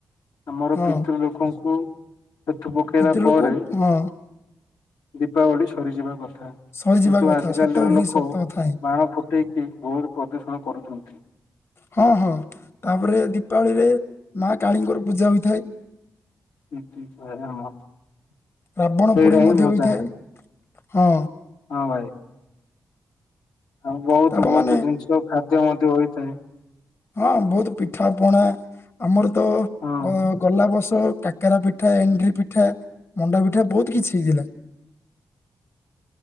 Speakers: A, on the left; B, on the left.
A: ଆମର
B: ହଁ
A: ପିତୃ ଲୋକଙ୍କୁ ହେତୁ ପକେଇଲା
B: ପିତୃଲୋକ
A: ପରେ
B: ହଁ
A: ଦୀପାବଳି ସରି ଯିବା କଥା।
B: ସରିଯିବା
A: କିନ୍ତୁ
B: କଥା
A: ଆଜିକାଲିର
B: ସତ ହିଁ
A: ଲୋକ
B: ସତ କଥା ହିଁ
A: ବାଣ ଫୁଟେଇକି ବହୁତ୍ ପ୍ରଦୂଷଣ କରୁଛନ୍ତି।
B: ହଁ ହଁ ତା ପରେ ଦୀପାବଳିରେ ମା କାଳୀଙ୍କର ପୂଜା ହୋଇଥାଏ।
A: <unintelligible>
B: ରାବଣ
A: ସେଇଟା
B: ପୋଡ଼ି
A: ହିଁ
B: ମଧ୍ୟ
A: ମଜା
B: ହୋଇଥାଏ ହଁ।
A: ହଁ ଭାଇ। ଆଉ ବହୁତ୍
B: ତାପ
A: ବହୁତ୍
B: ମାନେ
A: ଜିନିଷ ଖାଦ୍ୟ ମଧ୍ୟ ହୋଇଥାଏ।
B: ହଁ ବହୁତ୍ ପିଠା ପଣା ଆମର ତ
A: ହଁ।
B: ଗ ଗଲା ବର୍ଷ କା କାକରାପିଠା ଏଣ୍ଡୁରିପିଠା ମଣ୍ଡାପିଠା ବହୁତ୍ କିଛି ହେଇଥିଲା।